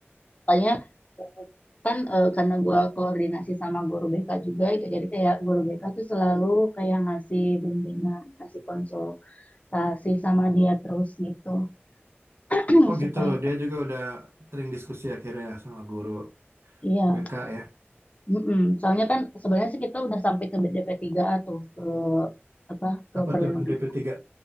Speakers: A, on the left (about 35°); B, on the right (about 75°).
A: makanya eh, kan eh, karena gue koordinasi sama guru BK juga itu jadi kayak guru BK tuh selalu kayak ngasih bimbingan ngasih konsultasi sama dia terus gitu
B: <laughs>
A: Hmm,
B: oh
A: supaya
B: gitu dia juga udah sering diskusi akhirnya sama guru
A: iya
B: BK ya
A: Mm-mm. Soalnya kan sebenarnya sih kita udah sampai ke DP3A tuh ke apa ke
B: apa
A: perlindungan
B: tuh dp
A: anak.
B: tiga